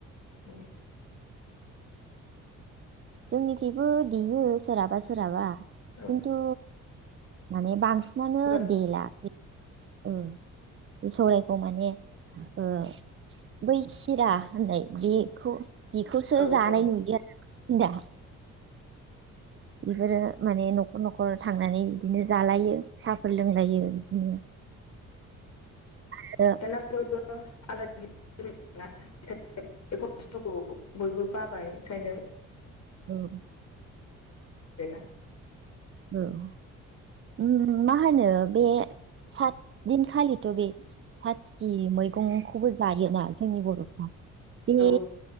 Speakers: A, on the left; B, on the right.
A: <inaudible>
B: जोंनिखिबो बि उम सोरहाबा सोरहाबा खिन्थु
A: औ
B: माने बांसिनानो
A: औ
B: देला औ बे सौरायखौ माने ओ बै सिरा होननाय बेखौ बेखौसो
A: औ
B: जानाय नुयो दा बेफोरो माने नखर नखर थांनानै बिदिनो जालायो सा फोर लोंलायो बिदिनो आरो
A: दाना बयबो आजादि <unintelligible> <unintelligible> खस्थखौ बयबो बाबाय ओंखायनो
B: औ
A: <unintelligible> <unintelligible>
B: औ मा ओम होनो बे सात दिनखालिथ बे सातथिथि मैगंखौबो जायोना जोंनि बरफ्रा बिनि
A: औ